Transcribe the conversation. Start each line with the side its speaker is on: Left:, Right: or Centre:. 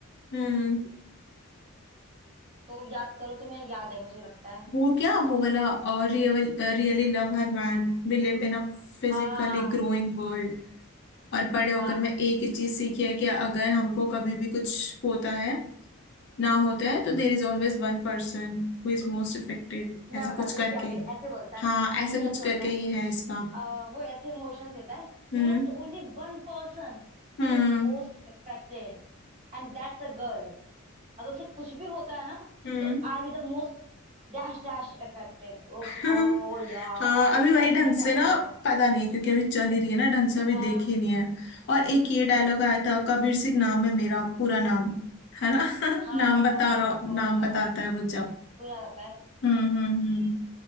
Left: हम्म
Right: तो याद करो तुम्हें याद है मुझे लगता है
Left: वो क्या वो वाला और रियल रियली लव हर man believe in a physically
Right: हाँ हाँ
Left: growing world और बड़े होकर
Right: हाँ
Left: मैं
Right: हाँ,
Left: एक ही चीज सीखी है कि अगर हमको कभी भी कुछ होता है ना होता है तो there is always one person who is most affected
Right: मैं
Left: ऐसा
Right: बताती
Left: कुछ
Right: हूँ इसके
Left: करके
Right: आगे ऐसे बोलता है
Left: हाँ ऐसे
Right: नहीं नहीं
Left: कुछ
Right: ऐसे बोलता
Left: करके
Right: है
Left: ये है इसका
Right: अ, वो ऐसे इमोशन देता है there
Left: हम्म
Right: is only one person
Left: हम्म
Right: who is most affected and that's a girl अगर उसे कुछ भी होता है ना
Left: हम्म
Right: तो I be the most dash dash affected ओहो
Left: <laughs>
Right: यार
Left: हाँ अभी वही
Right: ऐसे
Left: ढंग से
Right: डायलॉग
Left: ना
Right: है
Left: पता नहीं क्योंकि अभी चल ही रही है ना ढंग से अभी
Right: हाँ
Left: देखी नहीं है और एक ये डायलॉग आया था कबीर सिंह नाम है मेरा पूरा नाम है ना <laughs>
Right: हाँ
Left: नाम
Right: हाँ
Left: बता
Right: हाँ
Left: रहा
Right: बहुत
Left: नाम
Right: ज्यादा
Left: बताता है वो जब
Right: बुरा रहता है
Left: हम्म हम्म